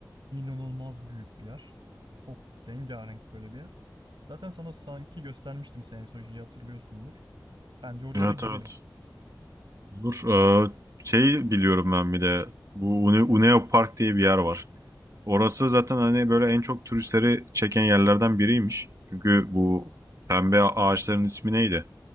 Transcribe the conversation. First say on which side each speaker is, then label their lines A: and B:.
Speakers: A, on the right; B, on the right.
A: İnanılmaz büyük bir yer. Çok rengarenk böyle bir yer. Zaten sana sanki göstermiştim Sensoji'yi hatırlıyorsundur. Bence oraya
B: Evet
A: da gidelim.
B: evet. Olur. Ee, şey biliyorum ben bir de bu Une- Uneo Park diye bir yer var. Orası zaten hani böyle en çok turistleri çeken yerlerden biriymiş. Çünkü bu pembe ağaçların ismi neydi?